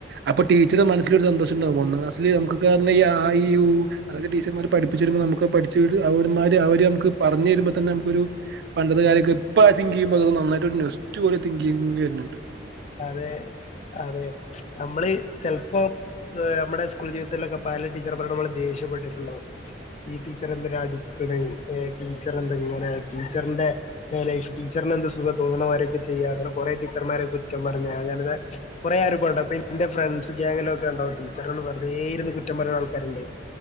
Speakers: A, on the right; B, on the left.
A: അപ്പൊ ടീച്ചറ മനസ്സിലൊരു ഒരു സന്തോഷു ണ്ടാവും ഒന്നാം ക്ലസില് നമുക്കക്ക പറഞ്ഞാ ഈ ആ ഈ ഊ അതത് ടീച്ചർമാര് പഠിപ്പിച്ചരുമ്പോ പഠിച്ചഴിഞ്ഞാ ആവോരു അവര് നമുക്ക് പറഞ്ഞരുമ്പോ തന്നെ നമക്കൊരു ഒരു പണ്ടത്തെ കാരൊക്കെ ഇപ്പാജിങ്കി ചെയ്യുമ്പോ നന്നായിട്ടു നൊസ്റ്റു ഓടിത്തിങ്കിങ്ങരുന്നുണ്ട്
B: അതെ അതെ നമ്മള് ചെലപ്പോ ദാ നമ്മടെ സ്കൂൾ ജീവിതത്തിലൊക്കെ പല ടീച്ചർ മാർടെമ്മള് ദേഷ്യപ്പെട്ടിട്ടുണ്ടാവും ഈ ടീച്ചർ എന്തരാ അടിക്കണേ ടീച്ചറെന്താ ഇങ്ങനെ ടീച്ചറിന്റെ ലൈഫ് ടീച്ചറിന് എന്ത് സുഖം തോണവരെയൊക്കെ ചെയ്യ അങ്ങനെ കുറെ ടീച്ചർമാരക്കെ കുറ്റം പറഞ്ഞ അങ്ങനത്തെ കുറെ അനുഭോണ്ട് അപ്പ ഇന്റെ ഫ്രണ്ട്സ്‌ഗ്യാങ്ങിലും ഒക്കെ ഉണ്ടാവും ടീച്ചറൊന്ന് വെറുതേ ഇരുന്ന് കുറ്റം പറഞ്ഞ ആൾക്കാരുണ്ട്